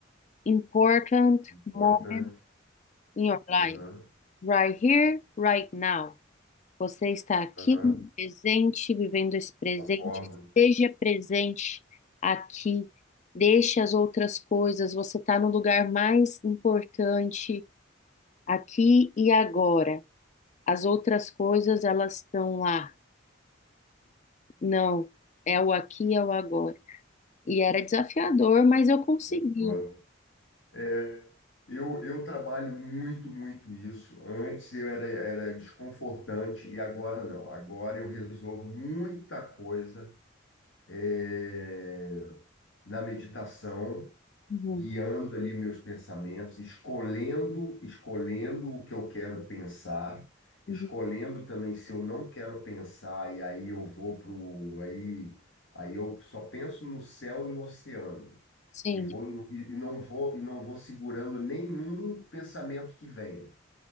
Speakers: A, on the left; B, on the left.
A: important
B: Importante.
A: moment in your life,
B: Aham,
A: right here, right now. Você está aqui,
B: aham.
A: no presente, vivendo esse presente,
B: Concordo,
A: seja presente aqui, deixe as outras coisas, você está no lugar mais importante aqui e agora. As outras coisas, elas estão lá. Não, é o aqui, é o agora. E era desafiador, mas eu conseguia.
B: concordo. É, eu, eu trabalho muito, muito isso. Antes eu era, era desconfortante e agora não. Agora eu resolvo muita coisa é, na meditação.
A: Uhum,
B: guiando ali meus pensamentos, escolhendo, escolhendo o que eu quero pensar,
A: uhum.
B: escolhendo também se eu não quero pensar e aí eu vou pro aí aí eu só penso no céu e no oceano
A: Sim,
B: e vou no- e e não vou e não vou segurando nenhum pensamento que vem.